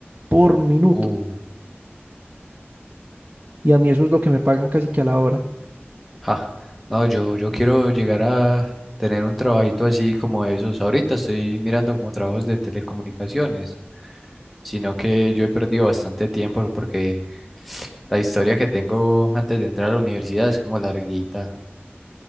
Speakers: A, on the right; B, in the centre.
A: Por minuto.
B: Uh,
A: Y a mí eso es lo que me pagan casi que a la hora.
B: ja, No, yo, yo quiero llegar a tener un trabajito así como esos. Ahorita estoy mirando como trabajos de telecomunicaciones, sino que yo he perdido bastante tiempo porque la historia que tengo antes de entrar a la universidad es como larguita.